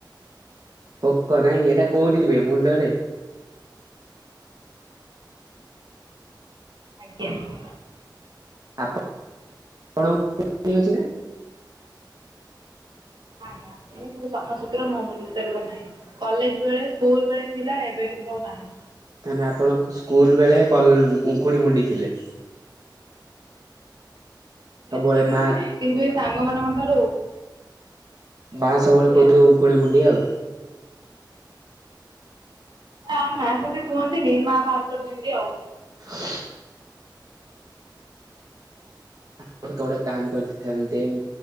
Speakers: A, on the right (about 50°); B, on the right (about 70°).
A: ପୋକ ନାଇଁ ଏଟା କୋଉଠି ରୁହେ? ମୁଣ୍ଡରେ?
B: ଆଜ୍ଞା।
A: ଆପଣଙ୍କ ମୁଣ୍ଡରେ ଉକୁଣି ଅଛି ନା?
B: ନା ନା ମୁଁ ପୁଣିସଫାସୁତୁର ମୋ ମୁଣ୍ଡରେ ସେଗୁଡା ନାଇଁ। କଲେଜ ବେଳେ ସ୍କୁଲ ବେଳେ ଥିଲା ଏବେ କିନ୍ତୁ ଆଉ ନାହିଁ।
A: ତାହାନେ ଆପଣ ସ୍କୁଲ ବେଳେ କ ଉଙ୍କୁଣି ମୁଣ୍ଡି ଥିଲେ? ସବୁବେଳେ
B: ଏତେ ବି
A: ମା
B: ନୁହେଁ କିନ୍ତୁ ଏଇ ସାଙ୍ଗ ମାନଙ୍କ ଠାରୁ
A: ମା ସବୁବେଳେ
B: ଇଏ
A: କହୁଥୁବେ
B: ଆଉ
A: ଉଙ୍କୁଣି ମୁୁଣ୍ଡିଆ ଆଉ।
B: ହଁ ମା ସେମିତି କୁହନ୍ତିନି ମା ବାହାର କରିଦିଅନ୍ତି ଆଉ।
A: <inaudible> ମୋତେ ଗୋଟେ କାମ କରିଥାନ୍ତିମ୍।